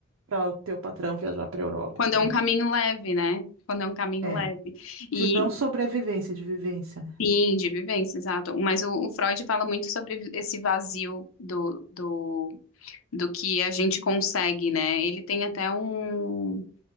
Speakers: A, on the right; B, on the left.
A: pra o teu patrão viajar pra Europa,
B: Quando
A: entendeu?
B: é um caminho leve, né? Quando é um caminho
A: É.
B: leve. E
A: De não sobrevivência, de vivência, né?
B: sim, de vivência, exato. Mas o, o Freud fala muito sobre esse vazio do, do, do que a gente consegue, né? Ele tem até um.